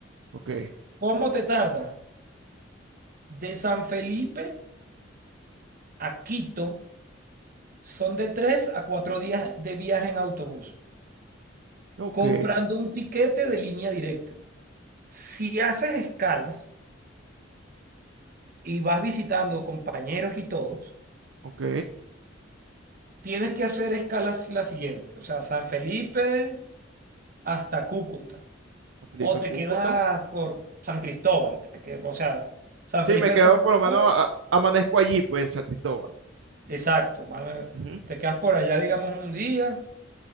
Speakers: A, on the right; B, on the right.
A: Ok.
B: ¿Cómo te tardas? De San Felipe a Quito son de tres a cuatro días de viaje en autobús,
A: Ok.
B: comprando un tiquete de línea directa. Si haces escalas y vas visitando compañeros y todos,
A: Ok.
B: tienes que hacer escalas la siguiente, o sea, San Felipe hasta Cúcuta,
A: Felipe
B: o te
A: Cúcuta.
B: quedas por San Cristóbal, te que- o sea, San
A: Sí,
B: Felipe
A: me quedo
B: de San Cristóbal
A: por lo menos, a- amanezco allí, pues, en San Cristóbal.
B: Exacto, mano,
A: Ujú.
B: te quedas por allá, digamos, un día,